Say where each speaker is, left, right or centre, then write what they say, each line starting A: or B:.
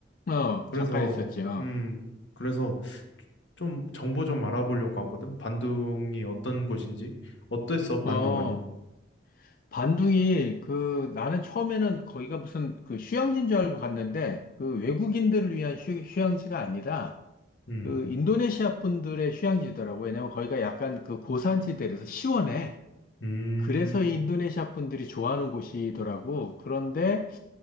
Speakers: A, on the left; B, on the left.
A: 어,
B: 그래서
A: 잠깐 있었지. 어,
B: 음 그래서 좀 정보 좀 알아보려고 하거든. 반둥이 어떤 곳인지 어땠어? 반둥은?
A: 어, 반둥이, 그, 나는 처음에는 거기가 무슨 그 휴양지인 줄 알고 갔는데, 그 외국인들을 위한 휴, 휴양지가 아니라,
B: 음.
A: 그 인도네시아 분들의 휴양지더라고. 왜냐면 거기가 약간 그 고산지대라서 시원해.
B: 음.
A: 그래서 이 인도네시아 분들이 좋아하는 곳이더라고. 그런데